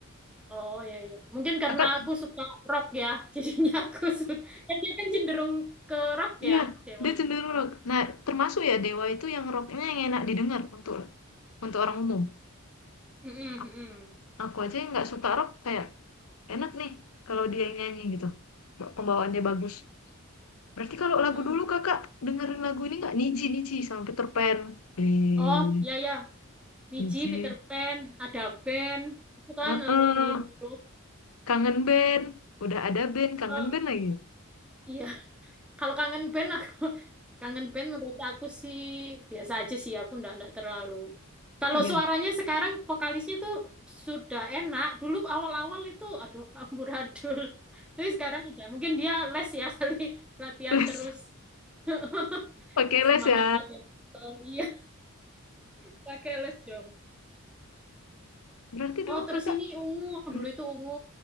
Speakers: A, in the centre; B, on the left.
A: Oh iya iya. Mungkin karena
B: Kakak,
A: aku suka rock ya, <laughs> jadinya aku suka. Kan dia kan cenderung ke rock
B: iya,
A: ya, cewek.
B: dia cenderung rock. Nah, termasuk ya Dewa itu yang rocknya yang enak didengar untuk untuk orang umum.
A: Mm-mm,
B: A-
A: mm-mm,
B: Aku aja yang nggak suka rock kayak enak nih kalau dia yang nyanyi gitu. Pembawaannya bagus. Berarti kalau lagu
A: mm-mm.
B: dulu kakak dengerin lagu ini nggak? Niji Niji sama Peter Pan. Eh,
A: Oh iya iya. Niji,
B: Niji.
A: Peter Pan, ada band. Itu kan
B: Heeh,
A: lagu dulu-dulu.
B: kangen band. Udah ada band, kangen
A: Oh,
B: band lagi.
A: iya. Kalau kangen band aku <laughs> kangen band menurut aku sih biasa aja sih aku ndak ndak terlalu. Kalau
B: Oh iya,
A: suaranya sekarang vokalisnya tuh sudah enak. Dulu awal-awal itu aduh amburadul. <laughs> Tapi sekarang udah mungkin dia les ya <laughs> kali latihan
B: les.
A: terus. <laughs>
B: Oke, les
A: Semangat
B: ya.
A: latihan. Oh, iya, <laughs> pakai les dong.
B: Berarti dulu
A: Oh, terus
B: kakak,
A: ini ungu.
B: hmm?
A: Dulu itu ungu.